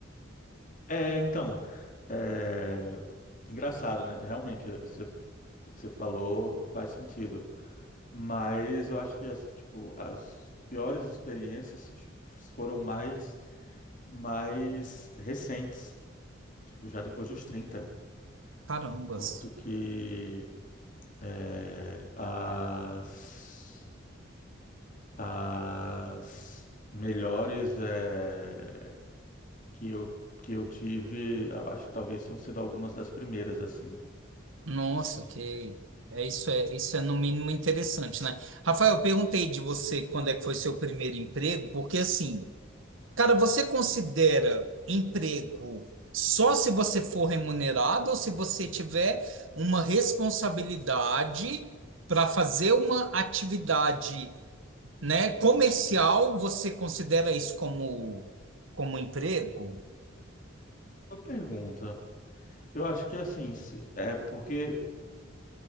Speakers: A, on the left; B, on the right.
A: É, então, é, engraçado, né? Realmente, é, você, o que você falou faz sentido. Mas eu acho que as, tipo, as piores experiências foram mais, mais recentes, tipo, já depois dos 30,
B: carambas.
A: enquanto que é, as, as melhores é, que eu, que eu tive, eu acho que talvez tenham sido algumas das primeiras, assim.
B: Nossa, que é isso é isso é no mínimo interessante, né? Rafael, eu perguntei de você quando é que foi seu primeiro emprego, porque assim, cara, você considera emprego só se você for remunerado ou se você tiver uma responsabilidade para fazer uma atividade, né, comercial, você considera isso como como emprego?
A: Uma pergunta. Eu acho que assim, se- é porque